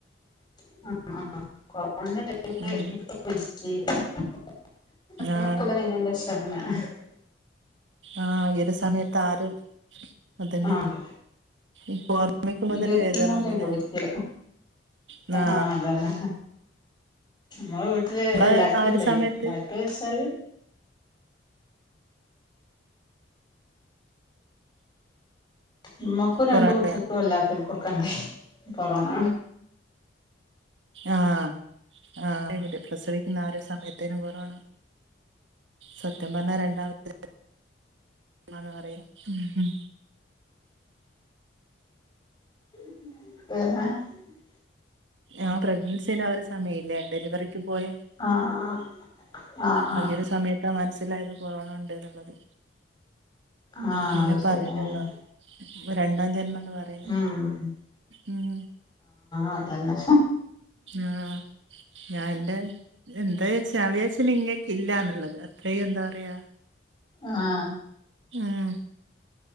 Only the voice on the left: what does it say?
<unintelligible> ആഹ ആഹ് കൊറോണന്റെ ടൈ മ്
ല് ഇപ്പ മര്ച്ച് <unintelligible> അ
കൊല്ലം കഴ്ഞ്ഞേന്റ <unintelligible>
ആഹ്
ഇരുപത്തി
മൂന്നിലേനി കുടിര്ക്കല്
ആഹ് അതാണ് നമ്മളെ വീട്ടില്
എല്ലാർക്കും
ഇണ്ടായ
എല്ലാർക്കും വച്ചാല് ഇമ്മക്കും രണ്ട്
കുട്ട്യേക്കും അല്ലാത്തർക്കൊക്കെ ഇണ്ടായി നി കൊറോണ
<inaudible>
ആഹ് ആഹ് ആഹ്
ആഹ്
ആഹ്
അത് ശരി
ഉം
ആതന്നെ
ആഹ്